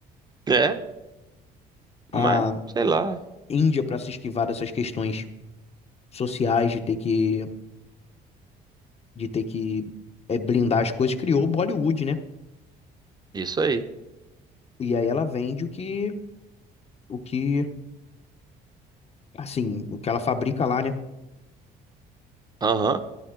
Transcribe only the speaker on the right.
É,
mas sei lá.
Isso aí.
Aham.